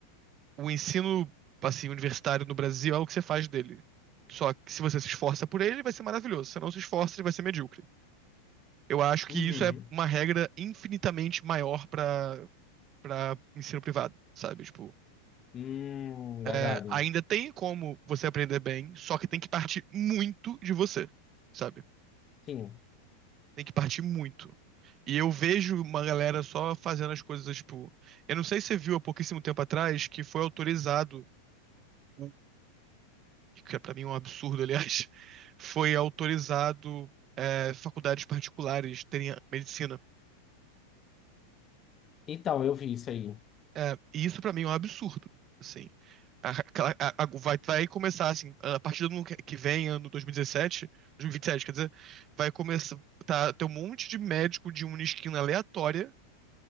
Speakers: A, on the right (about 35°); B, on the left (about 30°).
A: o ensino assim, universitário no Brasil é o que você faz dele. Só que se você se esforça por ele, vai ser maravilhoso. Se não se esforça, ele vai ser medíocre. Eu acho que
B: Uhum.
A: isso é uma regra infinitamente maior para para ensino privado, sabe? Tipo,
B: Hum,
A: é,
B: verdade.
A: ainda tem como você aprender bem, só que tem que partir muito de você, sabe?
B: Sim.
A: Tem que partir muito. E eu vejo uma galera só fazendo as coisas, tipo, eu não sei se você viu há pouquíssimo tempo atrás que foi autorizado o e que é para mim um absurdo, aliás, <laughs> foi autorizado é, faculdades particulares terem medicina.
B: Então, eu vi isso aí.
A: É, e isso para mim é um absurdo, assim. A- aquela- a- a- vai, vai começar assim, a partir do ano que que vem, ano dois dois mil mil e dezessete, dois mil e vinte e sete, quer dizer, vai começar tá, ter um monte de médico de uma esquina aleatória